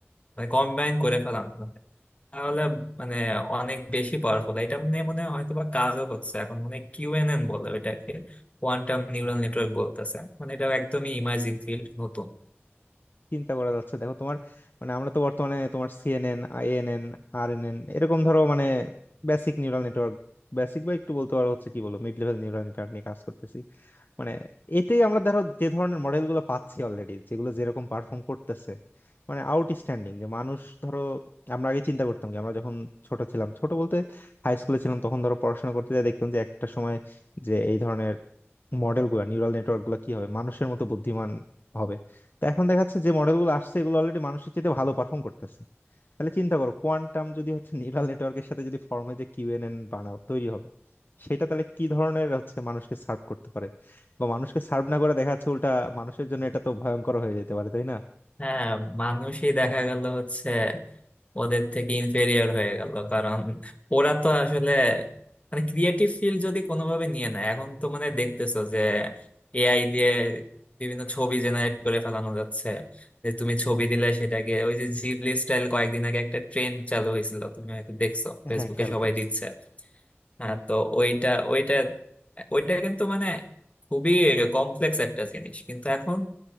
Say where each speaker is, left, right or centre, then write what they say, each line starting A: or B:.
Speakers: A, on the left; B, on the left.
A: মানে কম্বাইন করে ফেলাম তাহলে মানে অনেক বেশি পাওয়ারফুল এটা নিয়ে মনে হয় হয়তো বা কাজও হচ্ছে এখন মানে কিউএনএন বলে ওইটাকে কোয়ান্টাম নিউরাল নেটওয়ার্ক বলতেছে মানে এটা একদমই ইমার্জিং ফিল্ড নতুন
B: চিন্তা করা যাচ্ছে দেখো তোমার মানে আমরা তো বর্তমানে তোমার সিএনএন আইএনএন আরএনএন এরকম ধরো মানে বেসিক নিউরাল নেটওয়ার্ক বেসিক বা একটু বলতে পারো হচ্ছে কি বলবো মিড লেভেল নিউরাল নেটওয়ার্ক নিয়ে কাজ করতেছি মানে এতেই আমরা ধরো যে ধরনের মডেল গুলো পাচ্ছি অলরেডি যেগুলো যেরকম পারফর্ম করতেছে মানে আউটস্ট্যান্ডিং যে মানুষ ধরো আমরা আগে চিন্তা করতাম কি আমরা যখন ছোট ছিলাম ছোট বলতে হাই স্কুলে ছিলাম তখন ধরো পড়াশোনা করতে যাই দেখতাম যে একটা সময় যে এই ধরনের মডেল গুলা নিউরাল নেটওয়ার্ক গুলো কি হবে মানুষের মতো বুদ্ধিমান হবে তো এখন দেখা যাচ্ছে যে মডেল গুলো আসছে এগুলো অলরেডি মানুষের চেয়ে ভালো পারফর্ম করতেছে তাহলে চিন্তা করো কোয়ান্টাম যদি হচ্ছে নিউরাল নেটওয়ার্কের সাথে যদি ফর্ম হয় যে কিউএনএন বানাও তৈরি হবে সেটা তাহলে কি ধরনের হচ্ছে মানুষকে সার্ভ করতে পারে বা মানুষকে সার্ভ না করে দেখা যাচ্ছে উল্টা মানুষের জন্য এটা তো ভয়ঙ্কর হয়ে যেতে পারে তাই না
A: হ্যাঁ মানুষই দেখা গেল হচ্ছে ওদের থেকে ইনফেরিয়র হয়ে গেল কারণ ওরা তো আসলে মানে ক্রিয়েটিভ ফিল্ড যদি কোনোভাবে নিয়ে নেয় এখন তো মানে দেখতেছো যে এআই দিয়ে বিভিন্ন ছবি জেনারেট করে ফেলানো যাচ্ছে যে তুমি ছবি দিলে সেটাকে ওই যে জিবলি স্টাইল কয়েকদিন আগে একটা ট্রেন্ড চালু হয়েছিল তুমি হয়তো দেখছো ফেসবুকে
B: হ্যাঁ খেয়াল
A: সবাই
B: করছি
A: দিচ্ছে হ্যাঁ তো ওইটা ওইটা ওইটা কিন্তু মানে খুবই কমপ্লেক্স একটা জিনিস কিন্তু এখন